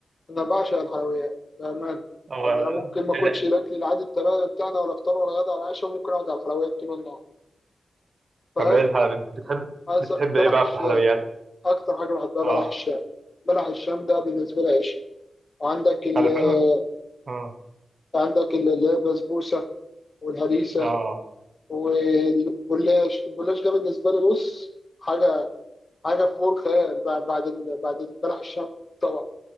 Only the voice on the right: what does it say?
اه
ايه ده
طب ايه الحلويات بتحب
بتحب
ايه بقى
في الحلويات
اه
على فعلا اه
اه